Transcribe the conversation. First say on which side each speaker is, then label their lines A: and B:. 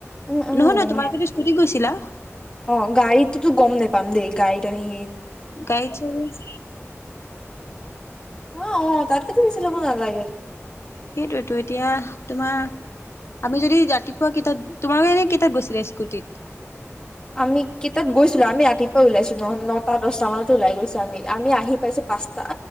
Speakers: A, on the left; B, on the left.
A: উম, উম
B: নহয়
A: লোৱা
B: নহয় তোমালোকেতো
A: নাই।
B: স্কুটিত গৈছিলা?
A: অ' গাড়ীটোতো গম নোপাম দেই। গাড়ীত এনেই
B: গাড়ীত চোন এশ।
A: অ' অ'তাতকেতো বেছি ল'ব নালাগে।
B: সেইটোৱেতো এতিয়া তোমাৰ, আমি যদি ৰাতিপুৱা কেইটাত তোমালোকে এনে কেইটাত গৈছিলা স্কুটিত।
A: আমি কেইটাত গৈছিলো। আমি ৰাতি ওলাইছো ন নটা দহটা মানতে ওলাই গৈছো আমি। আমি আহি পাইছো পাঁচটা,